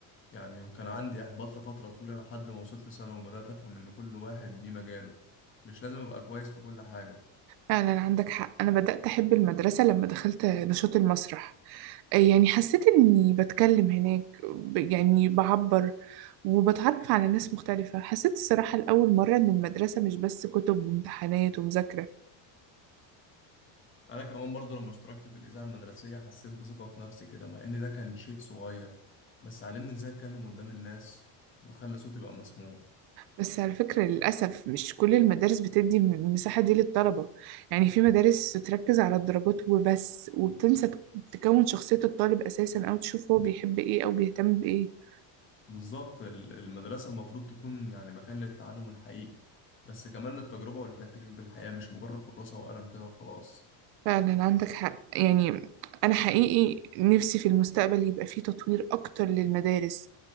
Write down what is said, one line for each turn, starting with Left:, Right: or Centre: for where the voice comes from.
Left: يعني وكان عندي إحباط لفترة طويلة لحد ما وصلت سنة وبدأت أفهم إن كل واحد ليه مجاله مش لازم أبقى كويس في كل حاجة
Right: فعلا عندك حق انا بدات احب المدرسه لما دخلت نشاط المسرح يعني حسيت إني بتكلم هناك ب- يعني بعبر وبتعرف على ناس مختلفة حسيت الصراحة لأول مرة إن المدرسة مش بس كتب وامتحانات ومذاكرة
Left: انا كمان برضو لما اشتركت في الاذاعه المدرسيه حسيت بثقه في نفسي كده مع ان ده كان شيء صغير بس علمني ازاي اتكلم قدام الناس واخلي صوتي يبقى مسموع
Right: بس على فكرة للأسف مش كل المدارس بتدي الم- المساحة دي للطلبة يعني في مدارس تركز على الدرجات وبس وبتنسى تك- تكون شخصية الطالب أساسا أو تشوف هو بيحب إيه أو بيهتم بإيه
Left: بالظبط ال- المدرسه المفروض تكون يعني مكان للتعلم الحقيقي بس كمان للتجربه والاحتكاك بالحياه مش مجرد كراسه وقلم كده وخلاص
Right: فعلا عندك حق يعني أنا حقيقي نفسي في المستقبل يبقى فيه تطوير أكتر للمدارس